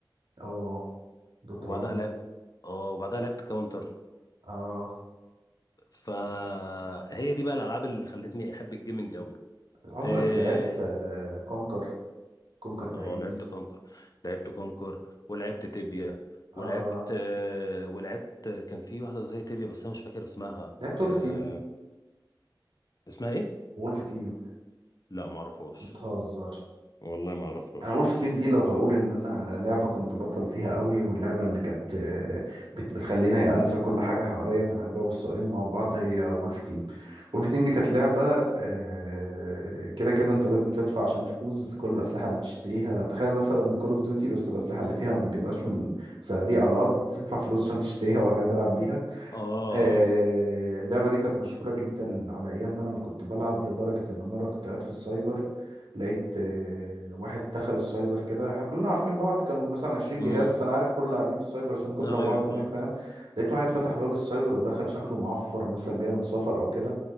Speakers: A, on the right (about 80°); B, on the left (about 50°).
A: اه دوتا
B: وبعدها
A: 1
B: لعبت اه وبعدها لعبت كاونتر
A: اه
B: فهي دي بقى الألعاب اللي خلتني أحب الجيمنج قوي
A: عمرك
B: اه
A: لعبت آه، كونكر كونكر تعيس
B: آه، لعبت كونكر لعبت كونكر ولعبت تيبيا
A: اه
B: ولعبت آه، ولعبت كان في واحدة زي تيبيا بس أنا مش فاكر اسمها
A: لعبت
B: آه،
A: وولف تيم
B: اسمها إيه؟
A: وولف تيم
B: لا ما اعرفهاش
A: بتهزر
B: والله ما اعرفهاش
A: انا وولف تيم دي لو هقول ان انا لعبه كنت بطل فيها قوي واللعبه اللي كانت آه، بت- بتخليني انسى كل حاجه حواليا فانا هجاوب السؤالين مع بعض هي وولف تيم وولف تيم دي كانت لعبه آه، كده كده انت لازم تدفع عشان تفوز كل الاسلحه اللي بتشتريها تخيل مثلا كول اوف ديوتي بس الاسلحه اللي فيها ما بتجيبهاش من صناديق على الارض بتدفع فلوس عشان تشتريها وبعد كده تلعب بيها
B: اه
A: آه، اللعبة دي كانت مشهورة جدا على أيام ما أنا ما كنت بلعب لدرجة إن مرة كنت قاعد في السايبر لقيت آه، واحد دخل السايبر كده احنا كلنا عارفين بعض كانوا مثلا 20
B: امم
A: جهاز فأنا عارف كل اللي قاعدين في السايبر عشان من كتر
B: ايوه
A: ما بعض
B: فاهم
A: هناك فاهم لقيت واحد فتح
B: مم.
A: باب السايبر ودخل شكله معفر مثلا جاي من سفر أو كده